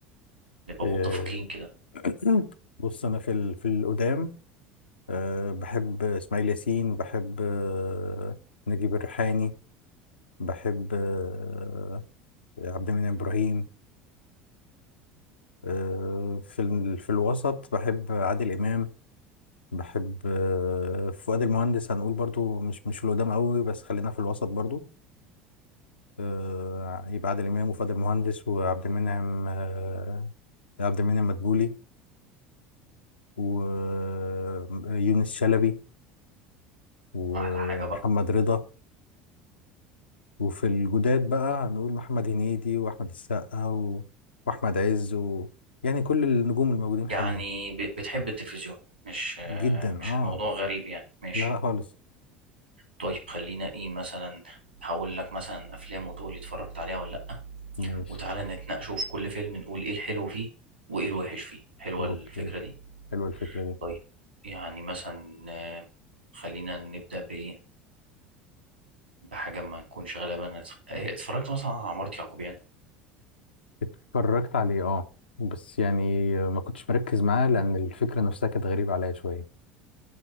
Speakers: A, on the right; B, on the left.
A: نبقى
B: آه،
A: متفقين كده
B: <clears throat> بص انا في ال... في القدام آه، بحب اسماعيل ياسين بحب آه، نجيب الريحاني بحب آه، عبد المنعم ابراهيم آه، في ال- في الوسط بحب عادل إمام بحب آه، فؤاد المهندس هنقول برضو مش مش في القدام قوي بس خلينا في الوسط برضو آه، يبقى عادل إمام وفؤاد المهندس وعبد المنعم آه، عبد المنعم مدبولي ويونس شلبي ومحمد
A: أحلى حاجة بقى
B: رضا وفي الجداد بقى هنقول محمد هنيدي وأحمد السقا و... وأحمد عز و... يعني كل النجوم الموجودين
A: يعني
B: حاليا
A: ب- بتحب التلفزيون مش آه،
B: جدا
A: مش
B: اه
A: الموضوع غريب يعني ماشي
B: لا لا خالص
A: طيب خلينا إيه مثلا هقول لك مثلا أفلام وتقول لي اتفرجت عليها ولا لأ
B: ماشي
A: وتعالى نتناقشوا في كل فيلم نقول إيه الحلو فيه وإيه الوحش فيه حلوة
B: اوكي
A: الفكرة دي
B: حلوة الفكرة دي
A: طيب يعني مثلا آه، خلينا نبدأ بإيه بحاجة ما نكونش غالبا اتفرجت مثلا على عمارة يعقوبيان
B: اتفرجت عليه اه بس يعني ما كنتش مركز معاه لأن الفكرة نفسها كانت غريبة عليا شوية